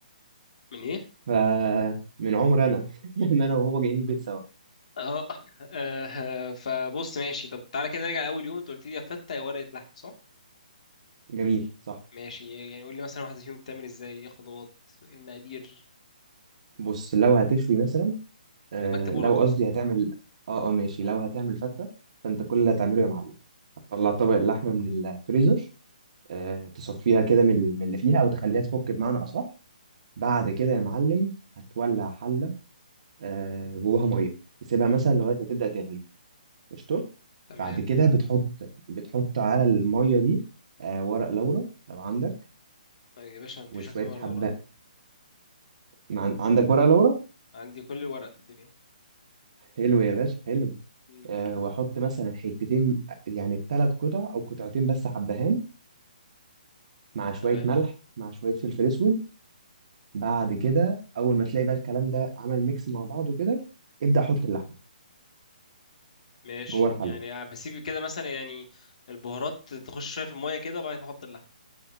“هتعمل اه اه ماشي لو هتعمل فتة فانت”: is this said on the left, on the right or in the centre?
Right